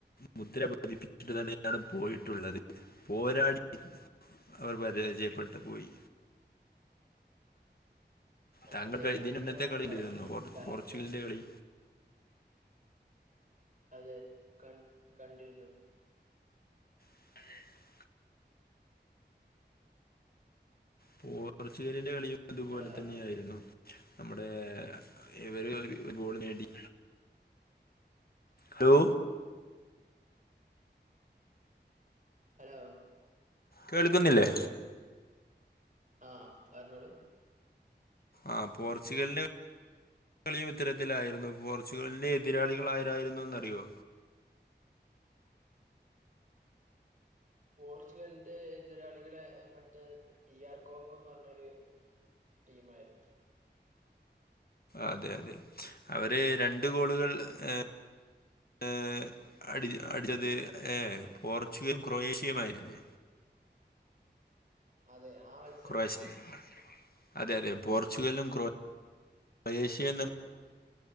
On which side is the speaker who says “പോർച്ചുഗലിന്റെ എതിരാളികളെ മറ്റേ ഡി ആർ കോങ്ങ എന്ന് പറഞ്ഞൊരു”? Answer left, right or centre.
Right